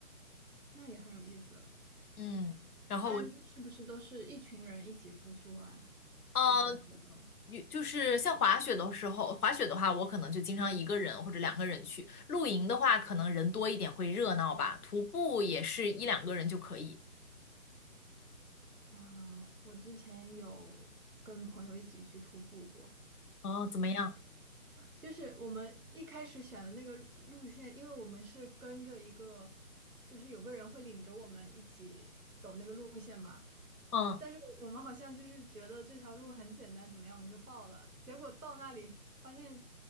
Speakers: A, on the right (about 75°); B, on the left (about 80°).
A: 那也很有意思。
B: 嗯，然后我，
A: 一般是不是都是一群人一起出去玩
B: 呃
A: 这种活动？
B: 有就是像滑雪的时候，滑雪的话，我可能就经常一个人或者两个人去。露营的话，可能人多一点会热闹吧。徒步也是一两个人就可以。
A: 啊、我之前有跟朋友一起去徒步过，
B: 哦，怎么样？
A: 就是我们一开始选的那个路线，因为我们是跟着一个，就是有个人会领着我们一起走那个路线嘛。
B: 嗯，
A: 但是我们好像就是觉得这条路很简单，怎么样，我们就报了。结果到那里发现